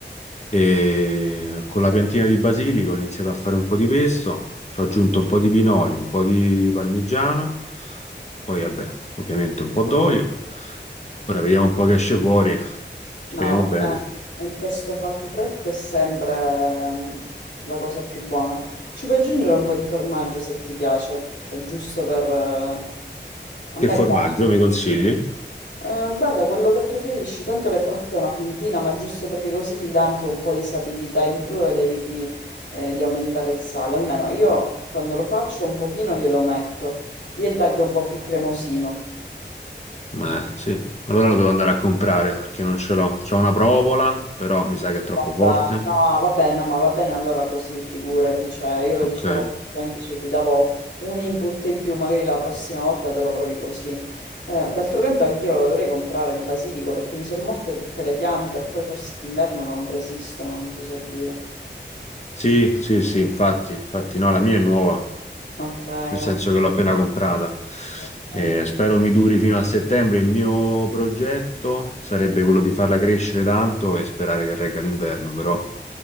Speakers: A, on the left; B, on the left.
A: e con la piantina di basilico ho iniziato a fare un po' di pesto, ci ho aggiunto un po' di pinoli, un po' di parmigiano, poi vabbè, ovviamente un po' d'olio. Ora vediamo un po' che esce fuori, speriamo
B: No, vabbè,
A: bene.
B: il pesto fatto fresco è sempre ehm, la cosa più buona. Ci puoi aggiungere un po' di formaggio se ti piace, cioè giusto per... eh, A
A: Che
B: me
A: formaggio
B: piace.
A: mi consigli?
B: Eh, guarda, quello che preferisci, tanto le basta una puntina, ma giusto perché così gli dà anche un po' di sapidità in più ed eviti eh, di aumentare il sale. Almeno io quando lo faccio un pochino glielo metto, diventa anche un po' più cremosino.
A: Ma sì, allora lo devo andare a comprare perché non ce l'ho. C'ho una provola, però mi sa che è troppo forte.
B: Va- No, va bene, no, ma va bene allora così, figurati, cioè io lo
A: Ok.
B: dicevo, semplicemente, cioè, ti davo un input in più, magari la prossima volta te lo provi così. Eh, d'altro canto anch'io lo dovrei comprare il basilico perché mi sono morte tutte le piante e poi forse d'inverno non resistono, non ti so dire.
A: Sì, sì, sì, infatti, infatti no, la mia è nuova.
B: Ok, ma-
A: nel senso che l'ho appena comprata.
B: ok.
A: Eh, spero mi duri fino a settembre. Il mio progetto sarebbe quello di farla crescere tanto e sperare che regga l'inverno, però